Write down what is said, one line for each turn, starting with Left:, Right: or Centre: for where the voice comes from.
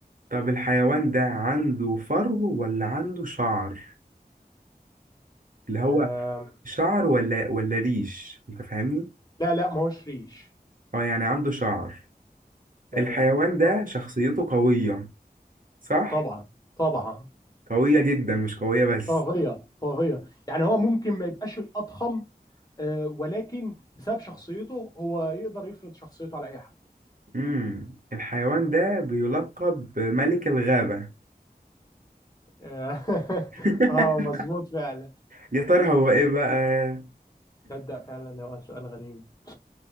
Right: طب الحيوان ده عنده فرو ولا عنده شعر اللي
Left: آه
Right: هو شعر ولا ولا ريش أنت فاهمني
Left: لا لا ما هوش ريش
Right: اه يعني عنده شعر
Left: تمام
Right: الحيوان ده
Left: اه
Right: شخصيته قوية صح
Left: طبعا طبعا
Right: قوية جدا مش قوية بس
Left: طاغية طاغية يعني هو ممكن ما يبقاش الأضخم آه، ولكن بسبب شخصيته هو يقدر يفرض شخصيته على أي حد
Right: امم الحيوان ده بيلقب بملك الغابة
Left: آه <laughs>
Right: <laughs>
Left: آه، مظبوط فعلا
Right: يا ترى هو ايه بقى
Left: تصدق فعلا هو سؤال غريب